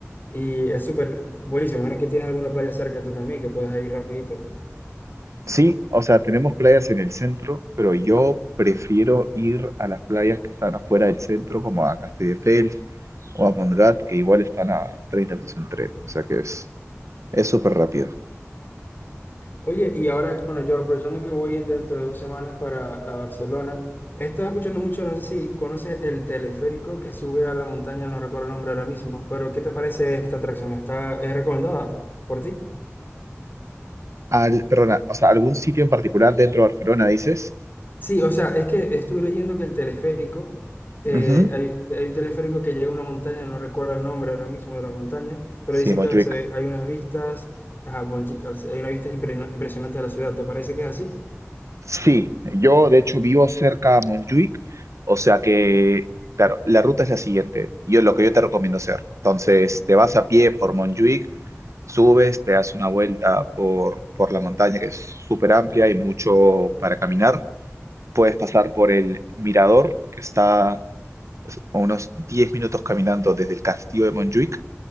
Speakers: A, on the left (about 40°); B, on the right (about 85°).
A: y es súper buenísimo. Bueno, que tienes alguna playa cerca tú también, que puedas ir rapidito.
B: Sí, o sea, tenemos playas en el centro, pero yo prefiero ir a las playas que están afuera del centro, como a Castelldefels o a Montgat, que igual están a 30 minutos en tren. O sea que es es súper rápido.
A: Oye, y ahora, bueno, yo aprovechando que voy dentro de dos semanas para a Barcelona, he estado escuchando mucho, no sé si conoces el teleférico que sube a la montaña, no recuerdo el nombre ahora mismo, pero ¿qué te parece esta atracción? ¿Está, es recomendada por ti?
B: Al, perdona, o sea, algún sitio en particular dentro de Barcelona, dices.
A: Sí, o sea, es que estuve leyendo que el teleférico, eh,
B: Ujú.
A: hay, hay un teleférico que llega a una montaña, no recuerdo el nombre ahora mismo de la montaña, pero dicen
B: Sí, Montjuic.
A: que se ve- hay unas vistas, ajá, Bonjic, hay unas vistas imprena- impresionantes de la ciudad, ¿te parece que es así?
B: Sí, yo de hecho vivo cerca a Montjuic, o sea que, claro, la ruta es la siguiente. Yo lo que yo te recomiendo hacer. Entonces, te vas a pie por Montjuic, subes, te das una vuelta por, por la montaña que es súper amplia y mucho para caminar. Puedes pasar por el mirador que está a unos 10 minutos caminando desde el castillo de Montjuic